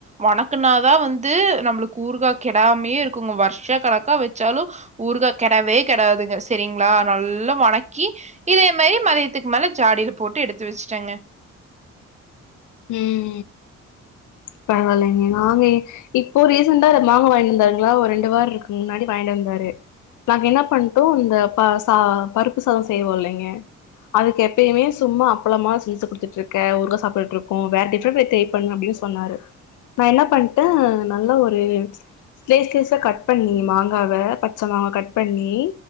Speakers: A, on the right (about 25°); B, on the left (about 80°).
A: வணக்குனாதா வந்து நம்மளுக்கு ஊறுகா கெடாமயே இருக்குங்க வர்ஷ கணக்கா வெச்சாலு ஊறுகா கெடவே கெடாதுங்க செரிங்ளா நல்லா வணக்கி இதே மாரி மதியத்துக்கு மேல ஜாடில போட்டு எடுத்து வெச்ட்டேங்க
B: ம் பரவால்லைங்க நாங்க இ இப்போ ரீசென்டா ஒரு மாங்க வாங்கிட்டு வந்தாருங்ளா ஒரு ரெண்டு வார இருக்கு முன்னாடி வாங்கிட்டு வந்தாரு நாங்க என்ன பண்ட்டோ இந்த பா சா பருப்பு சாத செய்வோ இல்லைங்க அதுக்கு எப்பயுமே சும்மா அப்பளமா செஞ்சு குடுதுட்ருக்க ஊறுக சாப்டுட்ருக்கு வேற டிஃப்ரெண்ட்ட ட்ரை பண்ணு அப்டின்னு சொ சொன்னாரு நா என்ன பண்ட்டே நல்ல ஒரு ஸ்லேஸ் ஸ்லேஸா கட் பண்ணி மாங்காவ பச்ச மாங்கா கட் பண்ணி